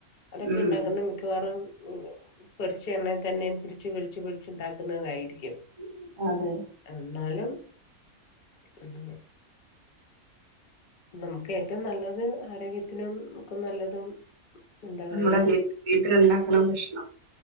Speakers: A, on the left; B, on the right.
A: അതൊക്കെ
B: ഉം
A: ഉണ്ടകുന്ന മിക്കവാറും പൊരിച്ച എണ്ണെ തന്നെ പൊരിച്ച് പൊരിച്ച് പൊരിച്ച് ഇണ്ടാക്കുന്നതായിരിക്കും.
B: ഉം അതെ
A: എന്നാലും ഉം നമുക്ക് ഏറ്റവും നല്ലത് ആരോഗ്യത്തിനും നമുക്ക് നല്ലതും എന്താ പറയാ
B: നമ്മുടെ വീ വീട്ടില് ഇണ്ടാക്ണ ഭക്ഷണം